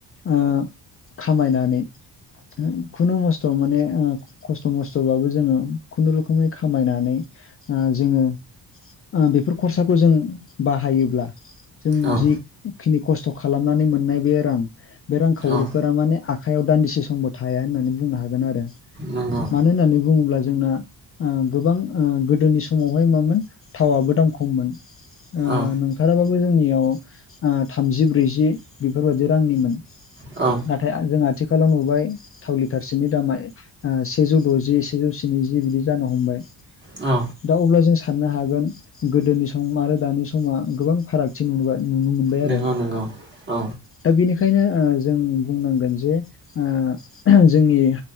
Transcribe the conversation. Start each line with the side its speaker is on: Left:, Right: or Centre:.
Left: ओ खामायनानै हो खुनु मस्थ' माने खस्थ' मस्थ'बाबो जोङो खुनुरुखुमै खामायनानै ओ जोङो ओ बेफोर खरसाखौ जों बाहायोब्ला जों
Right: औ
Left: जिखिनि खस्थ' खालामनानै मोननाय बे रां बे रांखावरिफोरा
Right: औ
Left: माने आखायाव दान्दिसे समबो थाया होननानै बुंनो हागोन आरो।
Right: नंगौ
Left: मानो होननानै बुङोब्ला जोंना ओ गोबां ओ गोदोनि समावहाय मामोन थावाबबो दाम खममोन। ओ
Right: औ
Left: नोंथाराबाबो जोंनियाव ओ थामजि ब्रैजि बेफोरबादि रांनिमोन।
Right: औ
Left: थाय जों आथिखालाव नुबाय थाव लिटारसेनि दामा ओ सेजौ द'जि सेजौ स्निजि बिदि जानो हमबाय।
Right: औ
Left: दा अब्ला जों साननो हागोन गोदोनि सम आरो दानि समा गोबां फाराग थि नुबाय नुनो मोनबाय
Right: नंगौ
Left: आरो।
Right: नंगौ औ
Left: दा बेनिखायनो ओ जों बुंनांगोन जे ओ जोंनि